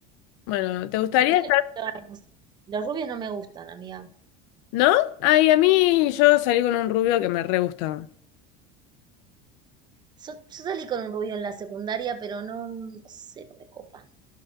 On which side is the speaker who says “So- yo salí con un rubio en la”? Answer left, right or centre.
Right